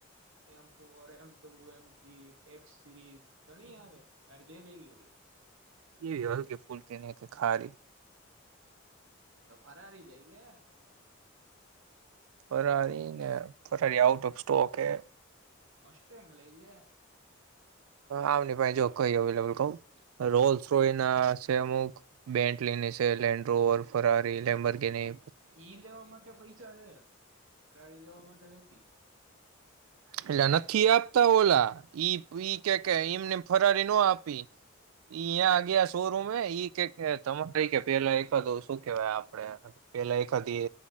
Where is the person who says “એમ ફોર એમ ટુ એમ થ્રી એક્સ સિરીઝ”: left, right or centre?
Right